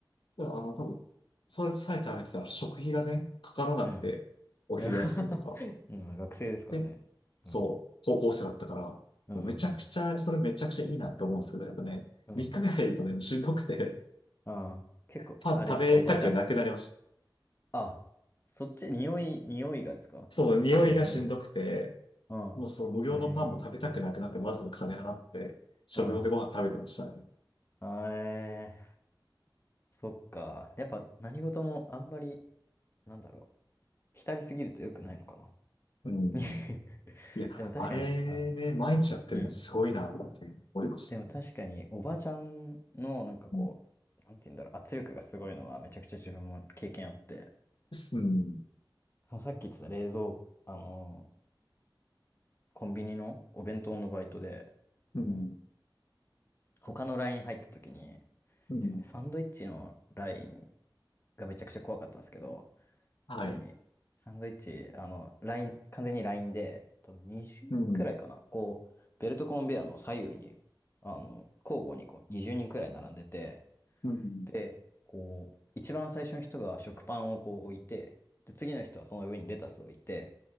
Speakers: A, on the left; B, on the left.
A: う。だからあの、多分、それさえ食べてたら食費がね、かからなくて、
B: うん。うん。
A: お昼休みとか。
B: <laughs> うん、学生ですからね。
A: で、そう、
B: うん。
A: 高校生だったから、
B: うんうん
A: めちゃくちゃ、それめちゃくちゃいいなって思うんですけど、やっぱね、
B: うん。
A: 3日目入るとね、
B: うん。
A: もうしんどくて、
B: ああ、結構、
A: パン食べたくなくなりました。
B: あれですか、おばちゃん。あ、そっち、匂い、匂いがですかパンの匂いが。
A: そう、匂いがしんどくて、
B: うん。
A: もうその無料のパンも食べたくなくなって、
B: えー
A: わざわざ金払って、食用でご飯食べてましたね。
B: うん。あえー、そっか。やっぱ何事もあんまり、なんだろう。浸りすぎると良くないのかな。
A: うん。
B: <laughs>
A: いや、
B: でも確かに、
A: あれね、
B: あの、
A: 毎日やってるのすごいな、
B: うん。
A: っていう思いましたね。
B: でも確かに、おばちゃんの、なんかこう、
A: ん。
B: なんて言うんだろう、圧力がすごいのは、めちゃくちゃ自分も経験あって、
A: うん。
B: そのさっき言ってた冷蔵、あの、コンビニのお弁当のバイトで、
A: うん。
B: あの、他のライン入った時に、
A: うん。
B: 確かにサンドイッチのラインがめちゃくちゃ怖かったんですけど、
A: はい。
B: 特に、サンドイッチ、あの、ライン、完全にラインで、多分20くらいかな。
A: うん。
B: こう、ベルトコンベヤーの左右に、あの、交互にこう20人くらい並んでて、
A: うん。
B: で、こう、一番最初の人が食パンをこう置いて、で、次の人はその上にレタスを置いて、